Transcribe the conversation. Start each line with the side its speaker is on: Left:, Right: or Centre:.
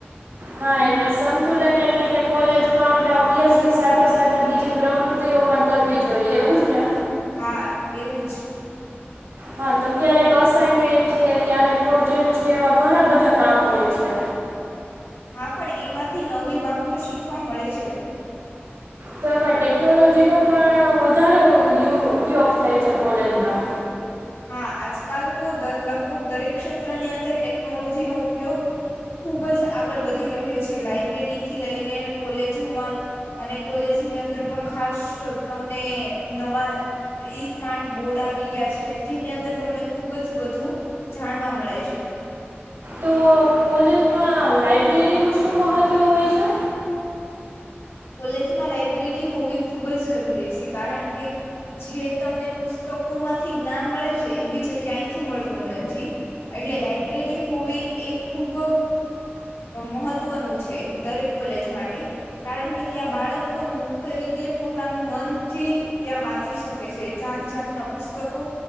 Right: હા એટલે સંતુલન એટલે કે કોલેજમાં આપણે અભ્યાસ ની સાથે સાથે બીજી પ્રવૃતિઓ પણ કરવી જોઈએ એવું જ ને?
Left: હા એવું જ.
Right: હા તો ક્યારેક અસાઈનમેન્ટ છે, ક્યારેક પ્રોજેક્ટ છે, એવા ઘણા બધા કામ હોય છે.
Left: હા પણ એમાંથી નવી બાબતો શીખવા મળે છે.
Right: તો એમાં ટેકનોલોજીનો પણ વધારે ઉ યુ ઉપયોગ થાય છે કોલેજમાં.
Left: હા આજકાલ તો દર લગભગ દરેક ક્ષેત્રની અંદર ટેકનોલો જીનો ઉપયોગ ખૂબ જ આગળ વધી રહ્યો છે, લાઈબ્રેરી થી લઈને કોલેજોમાં અને કોલેજની અંદર પણ ખાસ તમને નવા ઈ સ્માર્ટ બોર્ડ આવી ગયા છે. જેની અંદર તમને ખુબ જ બધું જાણવા મળે છે.
Right: તો કોલેજમાં લાઈબ્રેરીનું શું મહત્વ હોય છે?
Left: કોલેજમાં લાઈબ્રેરી હોવી ખૂબ જ જરૂરી છે કારણ કે જે તમને પુસ્તકોમાંથી જ્ઞાન મળે છે એ બી જ ક્યા. મળ નથી એટલે લાયબ્રેરી હોવી એક ખૂબ. મહત્વનું છે, દરેક કોલેજ માટે કારણ કે ત્યાં બાળક મુક્ત રીતે પોતાનું મનથી ત્યાં વાંચી શકે છે, જાત જાતના પુસ્તકો